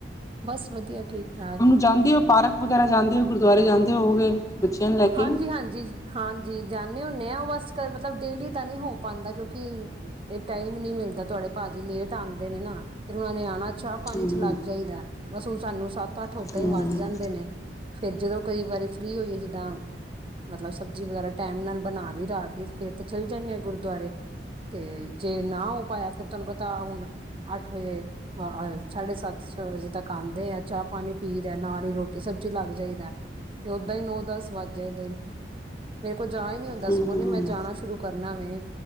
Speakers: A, on the right; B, on the left.
A: ਬਸ ਵਧੀਆ ਠੀਕ ਠਾਕ।
B: ਜਾਦੇ ਹੋ ਪਾਰਕ ਵਗੈਰਾ ਜਾਂਦੇ ਹੋ ਗੁਰਦੁਆਰੇ ਜਾਂਦੇ ਹੋਗੇ। ਬੱਚਿਆਂ ਨੂੰ ਲੈ ਕੇ
A: ਹਾਂਜੀ-ਹਾਂਜੀ। ਹਾਂਜੀ ਜਾਂਦੇ ਹੁੰਦੇ ਹਾਂ ਉਹ ਬਸ ਮਤਲਬ ਡੇਲੀ ਤਾਂ ਨਹੀਂ ਹੋ ਪਾਉਦਾ ਕਿਉਂਕਿ, ਇਹ ਟਾਈਮ ਨੀ ਮਿਲਦਾ ਤੁਹਾਡੇ ਭਾਜੀ ਲੇਟ ਆਉਂਦੇ ਨੇ ਨਾ, ਫਿਰ ਉਹਨਾ ਨੇ ਆਉਣਾ ਚ ਪਾਣੀ
B: ਹੂੰ
A: ਚ ਲੱਗ ਜਾਈਦਾ ਬਸ ਉਹ ਸਾਨੂੰ ਸੱਤ ਅੱਠ ਓਦਾਂ
B: ਹੂੰ
A: ਹੀ ਵੱਜ ਜਾਂਦੇ ਨੇ। ਫੇਰ ਜਦੋਂ ਕਈ ਵਾਰੀ ਫਰੀ ਹੋਈਏ ਜੀ, ਦਾ ਮਤਲਬ ਸਬਜ਼ੀ ਵਗੈਰਾ ਟਾਈਮ ਨਾਲ ਬਣਾ ਲਈ ਰਾਤ ਦੀ ਫੇਰ ਤਾਂ ਚੱਲ ਜਾਂਦੇ ਆ ਗੁਰਦੁਆਰੇ, ਤੇ ਜੇ ਨਾ ਹੋ ਪਾਇਆ ਫੇਰ ਤੁਹਾਨੂੰ ਪਤਾ ਹੁਣ ਅੱਠ ਵਜੇ, ਅ ਸਾਢੇ ਸੱਤ ਛੇ ਵਜੇ ਤੱਕ ਆਉਦੇ ਆ ਚਾਹ ਪਾਣੀ ਪੀ ਦਾ ਨਾਲ ਹੀ ਰੋਟੀ ਸਬਜ਼ੀ ਲੱਗ ਜਾਈਦਾ। ਤੇ ਓਦਾਂ ਹੀ ਨੌ ਦਸ ਵੱਜਏ ਦੇ, ਮੇਰੇ ਕੋਲ ਜਾ ਹੀ ਨਹੀਂ ਹੁੰਦਾ
B: ਹੂੰ
A: ਸਗੋਂ ਨੀ ਮੈਂ ਜਾਣਾ ਸ਼ੁਰੂ, ਕਰਨਾ ਮੈਂ,